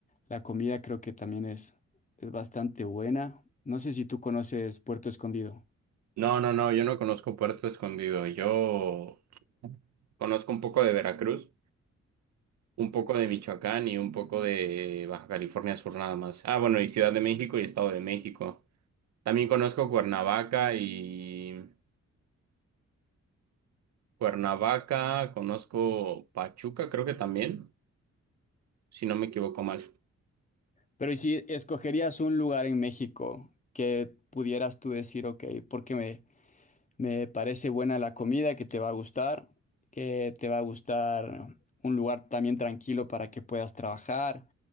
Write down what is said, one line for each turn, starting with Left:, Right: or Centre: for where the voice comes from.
Left: la comida creo que también es, es bastante buena. No sé si tú conoces Puerto Escondido,
Right: No, no, no, yo no conozco Puerto Escondido, yo conozco un poco de Veracruz. Un poco de Michoacán y un poco de Baja California Sur nada más. Ah, bueno, y Ciudad de México y Estado de México. También conozco Cuernavaca y Cuernavaca, conozco Pachuca, creo que también, si no me equivoco mal.
Left: pero ¿y si escogerías un lugar en México que pudieras tú decir, ok, porque me, Me parece buena la comida, que te va a gustar, que te va a gustar un lugar también tranquilo para que puedas trabajar.